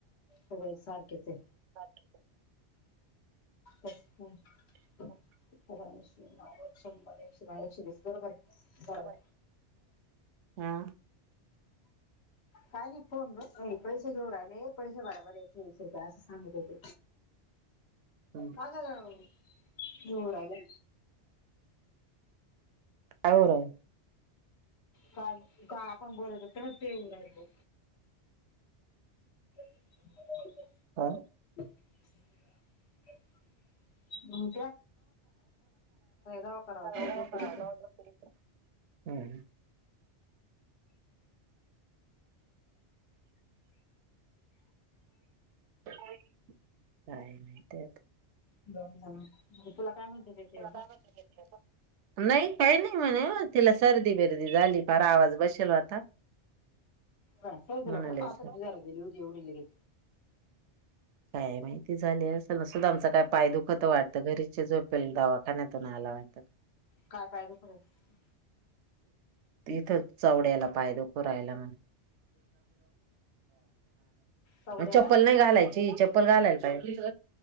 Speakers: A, on the left; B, on the right.
A: सगळे सारखेच येत.
B: सारखेच हे.
A: अच्छा
B: होऊ
A: ‌ ऐंशी, नव्वद, शंभर, एकशे दहा, एकशे वीस बरोबर आहे बरोबर.
B: राहील? हा.
A: काही नाही. कोण ग पैसे घेऊ राहिले पैसे बराबर आहे की एकशे वीस रुपये असं सांगत होते.
B: हम्म
A: काय झालं
B: काय होऊ राहिलं.
A: काय का आपण बोलत होत ना ते येऊ राहिल. ह <inaudible>
B: हा.
A: हम्म. कवा करावा तेव्हा
B: मरावारावा
A: झोपेल
B: पुरी <inaudible> हम्म. काय नाही त्यात.
A: <unintelligible> मी तुला काय म्हणते? ते
B: <unintelligible>
A: ते असं
B: नाही काही नाही म्हणे तिला सर्दी बिर्दी झाली. पार आवाज बसेल होता.
A: कुट
B: म्हणाले
A: पावसात
B: सर.
A: भिजायला गेली होती एवढी लगेच?
B: काय माहिती झाली असेल? सुदामचा काय पाय दुखतो वाटतं घरीचे झोपेल दवाखान्यातून आला. <unintelligible>
A: काय पाय दुखू राहिले.
B: तिथं चवड्याला पाय दुखू राहिला म्हण.
A: चवड्याला
B: चप्पल नाही घालायची? चालायला पाहिजे.